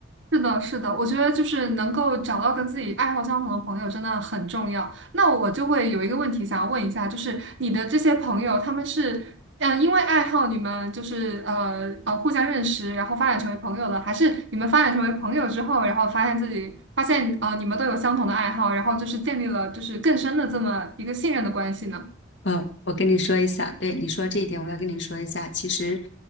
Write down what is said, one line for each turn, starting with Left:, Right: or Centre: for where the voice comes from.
Right: 是的，是的，我觉得就是能够找到跟自己爱好相同的朋友真的很重要。那我就会有一个问题想要问一下，就是你的这些朋友，他们是嗯、呃因为爱好你们就是呃呃互相认识，然后发展成为朋友的，还是你们发展成为朋友之后，然后发现自己发现呃你们都有相同的爱好，然后就是建立了就是更深的这么一个信任的关系呢？
Left: 呃，我跟你说一下，对你说这一点，我要跟你说一下。其实，